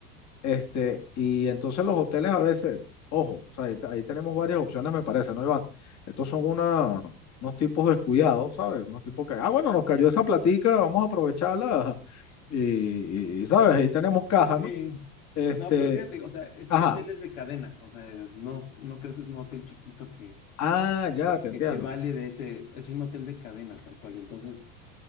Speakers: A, on the left (about 40°); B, on the left (about 75°).
A: Este, y entonces los hoteles a veces, ojo, o sea, ahí, ahí tenemos varias opciones, me parece, ¿no, Iván? Estos son una, unos tipos descuidados, ¿sabes? Unos tipos que, ah, bueno, nos cayó esa platica, vamos a aprovecharla y, y, ¿sabes? Ahí tenemos caja,
B: Sí.
A: ¿no? Este,
B: No, pero fíjate, o sea, este
A: ajá.
B: hotel es de cadena, o sea, no, no crees que es un hotel chiquito que,
A: Ah, ya, te entiendo.
B: que se vale de ese, es un hotel de cadena tal cual, y entonces